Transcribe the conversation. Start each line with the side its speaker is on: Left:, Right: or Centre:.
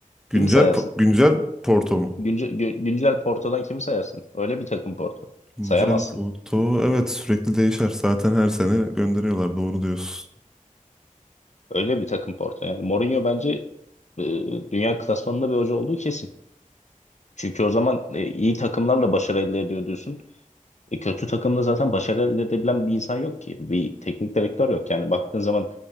Centre: Güncel
Left: kimi sayarsın?
Centre: po- güncel Porto mu?
Left: Güncel, gü- güncel Porto'dan kimi sayarsın? Öyle bir takım Porto.
Centre: Güncel
Left: Sayamazsın.
Centre: Porto evet sürekli değişer. Zaten her sene gönderiyorlar. Doğru diyorsun.
Left: Öyle bir takım Porto yani. Mourinho bence e, dünya klasmanında bir hoca olduğu kesin. Çünkü o zaman e, iyi takımlarla başarı elde ediyor diyorsun. E, kötü takımda zaten başarı elde edebilen bir insan yok ki. Bir teknik direktör yok. Yani baktığın zaman